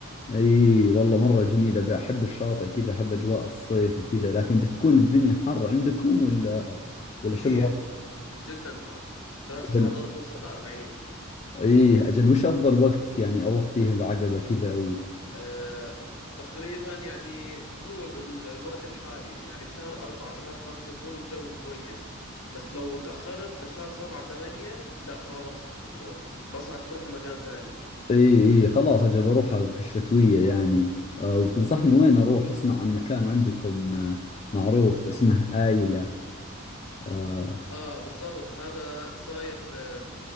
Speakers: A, on the left (about 30°); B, on the left (about 70°).
A: اي والله مرة جميلة بحب الشاطئ كذا احب اجواء الصيف وكذا لكن بتكون الدنيا حر عندكم ولا ولا
B: كثير
A: شو الوضع
B: جدا حر درجة
A: اجل
B: الحرارة توصل ل 40
A: اي اجل وش افضل وقت يعني اروح فيه العقبة كذا
B: آه، تقريبا يعني هو بالوقت الحالي يعني بشهر أربعة بشهر خمسة بكون الجو كويس بس لو تأخرت لشهر سبعة تمانية لا ما بنصحك تروح بنصحك تروح مكان تاني
A: اي اي خلاص اجل بروحها في الشتوية يعني آه وتنصحني وين اروح اسمع عن مكان عندكم آه معروف اسمه آيلة آه
B: آه بالضبط هذا صاير آه،